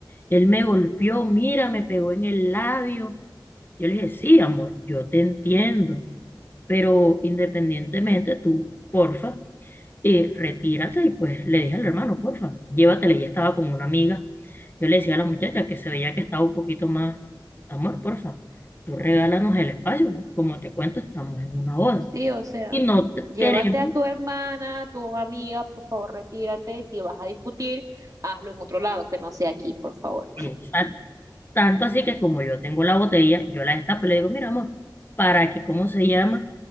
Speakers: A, on the left; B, on the right.
A: él me golpeó, mira, me pegó en el labio. Yo le dije, sí, amor, yo te entiendo. Pero independientemente, tú, porfa, eh, retírate y pues le dije al hermano, porfa, llévatela. Ella estaba con una amiga. Yo le decía a la muchacha que se veía que estaba un poquito más, amor, porfa, tú regálanos el espacio. Como te cuento, estamos en una boda.
B: Sí, o sea,
A: Y no te
B: llévate
A: queremos,
B: a tu hermana, a tu amiga, por favor, retírate. y Si vas a discutir, hazlo en otro lado, que no sea aquí, por favor.
A: exacto. Tanto así que como yo tengo la botella, yo la destapo y le digo, mira, amor, para que, ¿cómo se llama?